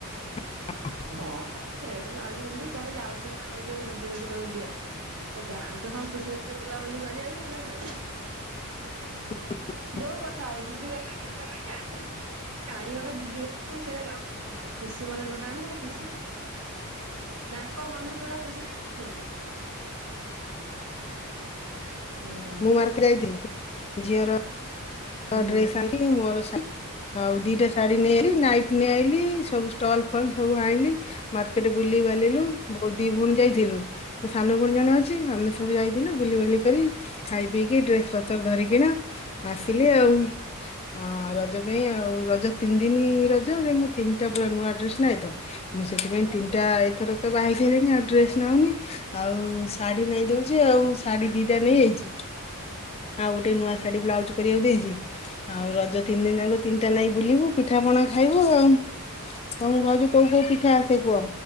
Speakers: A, on the left; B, on the right.
A: <inaudible>
B: କଣ ସେଇତ ନାଉଛୁ ପିନ୍ଧୁଚୁ କୁଆଡେ ଯାଉଛୁ ନା ଆଉଛୁ ଜିଦି ଗଦି କରିବୁ ଦିଅ। ଯାଆନ୍ତୁ ହଁ ଖୁସି ଖସି ରେ ବୁଲାବୁଲି କରିବାକୁ ଗୋଟା ଆ
A: <inaudible>
B: ଯୋଉ କଥା ଆଉ ଦିଦି ଗଲା କିଏ ଗଲା କି ଆଣିବେ କାହିଁ ଗୋଟେ ଦିଦି ଗ ହଁ ସେ ଲାଭ କିଛି ନାହିଁ ଖୁସି ମନେ ଯୋଉଟା ଆଣବ ସେଟା ଖୁସି ତାଙ୍କ ମନରୁ ଯୋଉଟା ଖୁସି ରେ ଆଣିବେ ଠିକ। ହୁଁ।
A: ମୁଁ ମାର୍କେଟ ଯାଇଥିଲି ଝିଅର ଡ୍ରେସ୍
B: ହୁଁ।
A: ଆଣିଲି ମୋର ଶା ଆଉ ଦିଟା ଶାଢୀ ନେଇଲିି ନାଇଟ ନେଇ ଆଲି ସବୁ ଷ୍ଟଲ ଫଲ ସବୁ ଆଣିଲି। ମାର୍କେଟ ବୁଲି ବାଲିଲୁ ଦି ଭଉଣୀ ଯାଇଥିଲୁ ମୋ ସାନ ଭଉଣି ଜଣେ ଅଛି ଆମେ ସବୁ ଯାଇଥିଲୁ ବୁଲିିବାଲି କରି ଖାଇ ପିଇକି ଡ୍ରେସ ପତ୍ର ଧରିକି ନା ଥିଲି ଆଉ ହ ରଜ ପାଇଁ ଆଉ ରଜ ତିନି ଦିନ ରଜ ମୁଁ ତିନିଟା ପା ନୂଆ ଡ୍ରେସ ନାଇଁଥ ମୁଁ ସେଥିପାଇ ତିନିଟା ଏଇଥର ତ ବାହି ସାରିଲିଣି ଆଉ ଡ୍ରେସ ନଉନି ଆଉ ଶାଢୀ ନେଇାଇ ଦଉଛି ଆଉ ଶାଢୀ ଦିଟା ନେଇଯାଇଛି। ଆଉ ଗୋଟ ନୂଆ ଶାଢି ବ୍ଲଉଜ କରିବାକୁ ଦେଇଛି ଆଉ ରଜ ତିନି ଦିନ ଯାଣକ ତିନିଟା ନାଇ ବୁଲିବୁ ପିଠା ପଣା ଖାଇବୁ ଆଉ। ତମକୁ ଭାଉଜୁ କୋଉ କୋଉ ପିଠା ଆସେ କୁହ